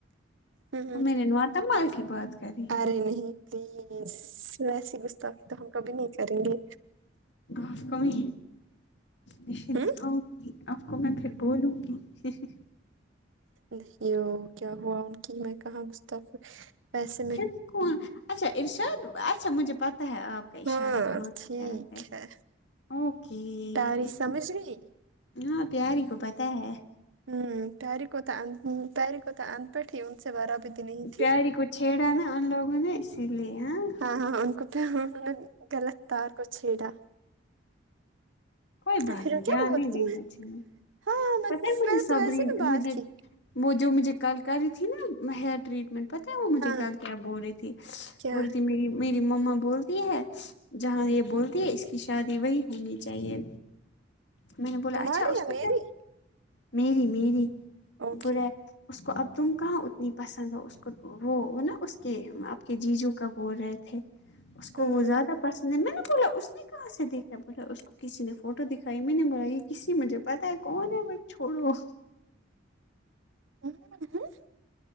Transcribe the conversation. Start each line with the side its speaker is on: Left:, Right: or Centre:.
Right: ہ
Left: میرے نواتم مال کی بات کر رہی ہوں
Right: ار نہیں پلیز ویسی گستاخی تو ہم کبھی نہیں کریں گے
Left: آف کوئی ایشے
Right: ہ
Left: دکھاؤ گی آپ کو میں پھر بولوں گی ہ
Right: نہیں ہو کیا ہوا ان کی میں کہاں مست ویسے میں
Left: پھر کون اچھا ارشاد اچھا مجھے پتہ ہے آپ کا اشارہ
Right: ہاں
Left: کہاں
Right: ٹھیک
Left: کی طرف
Right: ہے
Left: اوکے
Right: تاری
Left: دیکھو
Right: سمجھ گئی
Left: ہاں پیاری کو پتہ ہے
Right: ہوں پیاری کو تو ان پٹ کو پیاری تو ان پٹ ہی ان سے بارا بھی نہیں تھی
Left: پیاری کو چھیڑا نا ان لوگوں نےا اسی لیے آں
Right: ہاں ہاں ان کو پہ ہ غلط تار کو چھیڑا
Left: کوئی بات
Right: پھر
Left: نہیں
Right: وہ کیا
Left: دھیان
Right: بول
Left: نہیں
Right: رہی تھی
Left: دینا
Right: میں
Left: چاہیے
Right: ہاں میں
Left: پتا
Right: میں
Left: ہے مجھے
Right: نے
Left: صبر
Right: تو ویسے
Left: ہی
Right: بھی بات
Left: مجھے
Right: کی
Left: وہ جو مجھے کل کر رہی تھی نا ہیئر ٹریٹمنٹ پتہ ہے وہ مجھے
Right: ہاں
Left: کل کیا بول رہی تھی
Right: کیا
Left: بول رہی تھی میری میری مما بولتی ہے جہاں یہ بولتی ہے اس کی شادی وہی ہونی چاہیے میں نے بولا
Right: تمہاری
Left: اچھا اس
Right: یا
Left: کو
Right: میری
Left: میری میری
Right: اوکے
Left: بورے اس کو اب تم کہاں اتنی پسند ہو اس کو وہ نا اس کے آپ کے جیجو کا بول رہے تھے اس کو
Right: ہاں
Left: وہ زیادہ پسند ہے میں نے بولا اس نے کہاں سے دیکھا بولا اس کو کسی نے فوٹو دکھائی میں نے بولا یہ کسی مجھے پتا ہے کون ہے وہ چھوڑو
Right: <unintelligible>